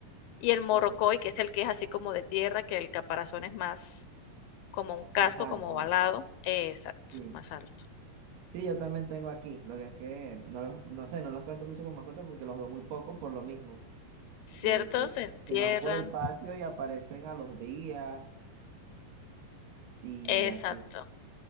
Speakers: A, on the left (about 80°); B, on the right (about 75°).
A: y el morrocoy,
B: o
A: que es el que es así como de tierra, que el caparazón es más Como un casco,
B: más alto,
A: como ovalado, exacto,
B: sí.
A: más alto.
B: Sí, yo también tengo aquí, lo que es que no, los- no sé, no los cuento mucho con mascotas porque los veo muy poco por lo mismo,
A: Ciertos
B: porque
A: se entierran,
B: se van por el patio y aparecen a los días y
A: exacto,
B: así.